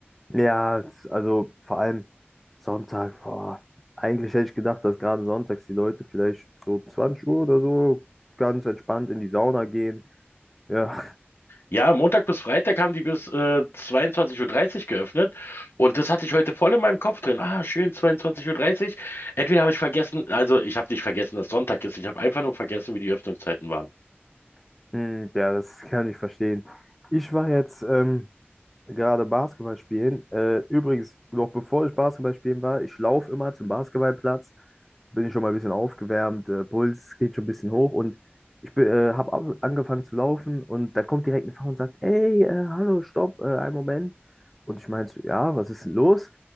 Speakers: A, in the centre; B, on the left.
A: Ja, also vor allem Sonntag, boah. Eigentlich hätte ich gedacht, dass gerade sonntags die Leute vielleicht so 20 Uhr oder so ganz entspannt in die Sauna gehen. Ja,
B: Ja, Montag bis Freitag haben die bis äh, 22.30 Uhr dreißig geöffnet und das hatte ich heute voll in meinem Kopf drin. Ah, schön, 22.30 Uhr. dreißig. Entweder habe ich vergessen, also ich habe nicht vergessen, dass Sonntag ist, ich habe einfach nur vergessen, wie die Öffnungszeiten waren. <laughs>
A: <laughs> mhm. Ja, das kann ich verstehen. Ich war jetzt ähm, gerade Basketball spielen. Äh, übrigens, noch bevor ich Basketball spielen war, ich laufe immer zum Basketballplatz, bin ich schon mal ein bisschen aufgewärmt, äh, Puls geht schon ein bisschen hoch und ich bin, äh, habe angefangen zu laufen und da kommt direkt eine Frau und sagt, ey, äh, hallo, stopp, äh, einen Moment. Und ich meinte so, ja, was ist denn los?